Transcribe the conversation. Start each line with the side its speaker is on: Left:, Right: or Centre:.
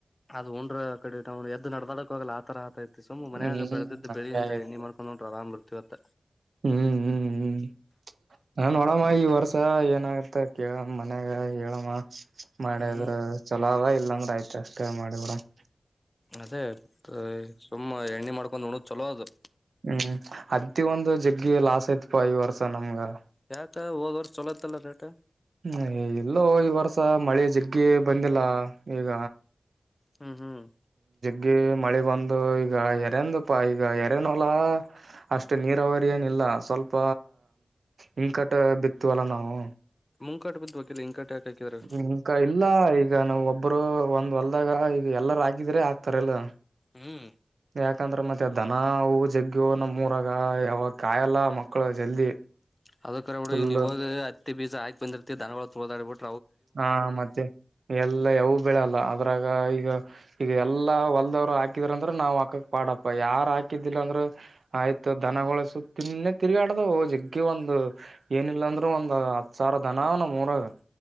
Left: ಅದು ಉಂಡ್ರ ಕಡೆ ನ್ ಎದ್ದು ನಡ್ದದಕ್ ಹೋಗಲ್ಲ. ತರ ಆತೈಐತಿ ಸುಮ್ ಮನೆಯಾಗ
Right: ಹ್ಮ್
Left: ಬೆಳದಿದ್ದ
Right: ಹಂಗೆ
Left: ಬೆಳಿ ಇಂದ
Right: ಆಗೈತಿ.
Left: ಎಣ್ಣಿ ಮಾಡ್ಕೊಂಡ್ ಹೊಂಟ್ರಾ ಆರಾಮ್ ಇರ್ತಿತ್ತ.
Right: ಹ್ಮ್ ಹ್ಮ್ ಹ್ಮ್ ನಾನ್ ನೋಡಮ್ಮ. ಈ ವರ್ಷ ಏನ ಅಂತ ಕೇಳಮ್ಮ ಮನ್ಯಾಗ, ಹೇಳಮ್ಮ, ಮಾಡಿದ್ರ
Left: ಹ್ಮ್
Right: ಚಲ ಆದ ಇಲ್ಲ. ಇಲ್ಲಂದ್ರ ಆಯ್ತಾ ಅಷ್ಟೇ ಮಾಡಿಬಿಡಮ್ಮ.
Left: ಅದೇ ಸುಮ್ಮ ಎಣ್ಣಿ ಮಾಡ್ಕೊಂಡ್ ಉಣ್ಣೋದ ಚಲೋ ಅದು.
Right: ಹ್ಮ್ ಅತ್ತಿ ಒಂದು ಜಗ್ಗಿ ಲಾಸ್ ಆತ್ಪಾ ಈ ವರ್ಷ ನಮ್ಗ.
Left: ಯಾಕ ಹೋದ್ವರ್ಷ ಚಲೋತ್ತಲ್ಲ ರೇಟ್.
Right: ಹ್ಮ ಇಲ್ಲೋ ಈ ವರ್ಷ ಮಳಿ ಜಗ್ಗಿ ಬಂದಿಲ್ಲ. ಈಗ,
Left: ಹ್ಮ್ ಹ್ಮ್.
Right: ಗಿ ಮಳೆ ಬಂದು ಈಗ ಎರೆಂದಪ್ಪಾ ಈಗ ಎರೆನೋಲ ಅಷ್ಟು ನೀರಾವರಿ ಏನಿಲ್ಲ. ಇಲ್ಲ ಸ್ವಲ್ಪ ಹಿಂಕಟ ಬಿತೀವಿ ಅಲ್ಲ ನಾವು.
Left: <unintelligible> ಯಾಕ ಹಾಕಿದ್ರ
Right: ಇಂಕಾ ಇಲ್ಲ ಈಗ ನಾವು ಒಬ್ ಒಬ್ರು ಒಂದ್ ಹೊಲ್ದಾಗ ಈದು ಎಲ್ಲರ ಹಾಕಿದ್ರೆ ಆಕ್ತಾರ ಇಲ್ಲ.
Left: ಹ್ಮ್.
Right: ಯಾಕಂದ್ರೆ ಮತ್ತೆ ದನ ಅವು ಜಗ್ಗ ನಮೂರಾಗ ಯಾವಾಗ ಕಾಯಲ್ಲ ಮಕ್ಳು ಜಲ್ದಿ.
Left: <unintelligible> ಈಗವಾಗ
Right: ಫುಲ್
Left: ಹತ್ತಿ ಬೀಜ ಹಾಕ್ ಬಂದಿರ್ತಿ ದನಗಳ ತುಲ್ದಾಡಿಬಿಡ್ತಾವ
Right: ಹಾ ಮತ್ತೆ ಎಲ್ಲ ಯಾವ ಬೇಳೆಲ್ಲ, ಅದ್ರಾಗ ಈಗ ಈಗ ಎಲ್ಲಾ ಹೊಲ್ದವ್ರು ಹಾಕಿದ್ರಂದ್ರ ನಾವ್ ಹಾಕಕ್ ಪಾಡಪ್ಪ ಯಾರ ಹಾಕಿದ್ದಿಲ್ಲ ಅಂದ್ರ. ಆಯ್ತು ದನಗಳ ಸೂತಿನ್ನೇ ತಿರುಗಾಡ್ದವು ಜಗ್ಗಿ ಒಂದು ಏನಿಲ್ಲ ಅಂದ್ರೂ ಒಂದ. ಹತ್ತ ಸಾವಿರ ದನ ಆವ ನಮೂರಗ.